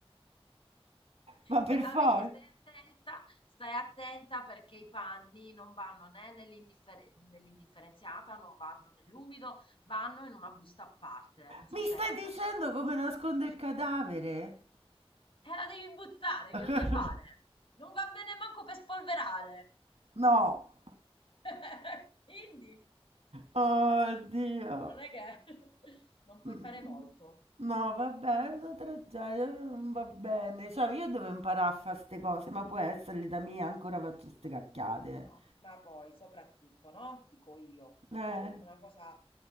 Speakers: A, on the right (about 85°); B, on the left (about 60°).
A: Ma per
B: Que-
A: forza.
B: ah, vedi, stai attenta, stai attenta perché i panni non vanno né nell'indiffer- nell'indifferenziata, non vanno nell'umido, vanno in una busta a parte. Non so
A: Mi
B: se
A: stai
B: è
A: dicendo
B: da te. funziona.
A: come nasconde il cadavere?
B: E la devi buttare,
A: <laughs>
B: che vuoi fare? Non va bene manco per spolverare.
A: No.
B: <laughs> Quindi
A: Oddio.
B: non è che <laughs> non
A: Mhmm,
B: puoi fare molto.
A: no vabbè, è una tragedia, però non va bene. Cioè, io devo imparare a fa' 'ste cose, ma può essere l'età mia, ancora faccio 'ste cacchiate.
B: No, ma poi soprattutto, no? Dico io,
A: Eh.
B: una, do- una cosa,